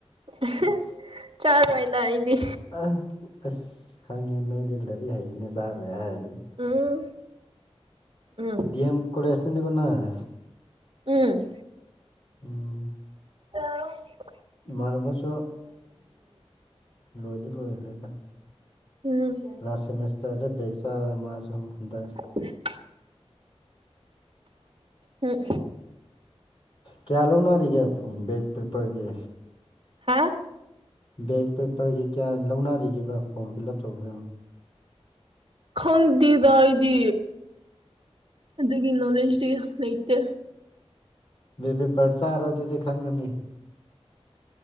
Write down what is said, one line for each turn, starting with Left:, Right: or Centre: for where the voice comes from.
Right: <unintelligible> ꯆꯥꯔꫭꯏꯅ ꯑꯩꯗꯤ
Left: ꯑ ꯑꯁ ꯈꯪꯉꯦ ꯅꯣꯏꯗꯤ ꯂꯥꯏꯔꯤꯛ ꯍꯩꯕꯅꯤ ꯆꯥꯔꯣꯏ ꯍꯥꯏꯔꯤꯗꯨꯅꯤ
Right: ꯎꯝ ꯎꯝ
Left: ꯗꯤꯑꯦꯝ ꯀꯂꯦꯖꯅꯦꯅꯤꯀꯣ ꯅꯪ
Right: ꯎꯝ
Left: ꯎꯝ
Right: ꯑ
Left: ꯏꯃꯥꯟꯅꯕꯁꯨ ꯂꯣꯏꯗꯤ ꯂꯣꯏ ꯈꯔꯤꯗꯥ
Right: ꯎꯝ
Left: ꯂꯥꯁ ꯁꯦꯃꯤꯁꯇꯔꯗ ꯦꯦꯛ ꯆ ꯃꯥꯔꯁꯨ ꯑꯗ
Right: <inaudible> ꯎꯝ
Left: ꯀꯌꯥ ꯂꯧꯅꯔꯤꯒꯦꯞ ꯕꯦꯛ ꯄꯦꯄꯔꯒꯤ
Right: ꯍꯥ
Left: ꯕꯦꯛ ꯄꯦꯄꯔꯒꯤ ꯀꯌꯥ ꯂꯧꯅꯔꯤꯈꯤꯕ ꯐꯣꯔꯝ ꯐꯤꯜ ꯑꯞ ꯇꯧꯕꯗ
Right: ꯈꯪꯗꯦꯗ ꯑꯩꯗꯤ ꯑꯗꯨꯒꯤ ꯅꯣꯂꯦꯖꯇꯤ ꯂꯩꯇꯦ
Left: ꯄꯦ ꯄꯔ ꯆꯥꯔꯣ ꯑꯗꯨꯗꯤ ꯈꯪꯉꯅꯤ